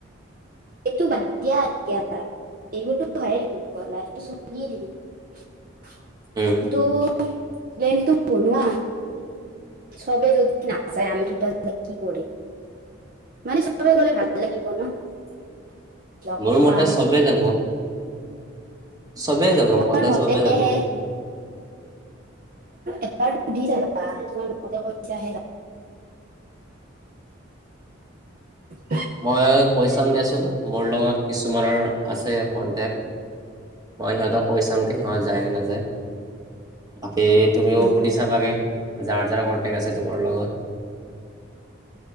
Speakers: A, on the right; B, on the right.
A: এইটো বাদিয়া এতিয়া এইবোৰতো ভয়ে থাকিব লাহটো চিয়ে থাকিব।
B: উম
A: তো প্লেনটো বনুৱা চব যদি না যায় আমি কি কৰি মানে চবেই গলে ভাল লাগিব ন। <unintelligible> লগ
B: মোৰ মতে
A: পাম
B: চবে যাব চবেই যাব কলে
A: তাৰ মতেবাৰ
B: চবেই যাব
A: এবাৰ সুধি চাবা <unintelligible> অ <unintelligible> পইচ আহ ৰা <unintelligible>
B: মই পৰিশ্ৰাম দিয়াচোন মোৰ লগত কিছু। তোমাৰ আছে কণ্টেক্ট মই সিহঁতক কৈ চাম কি সিহঁত যায় নে নাযায়। বাকী তুমিও
A: উম,
B: সুধি চাবাগে যাৰ যাৰ কন্টেকট আছে তোমাৰ লগত।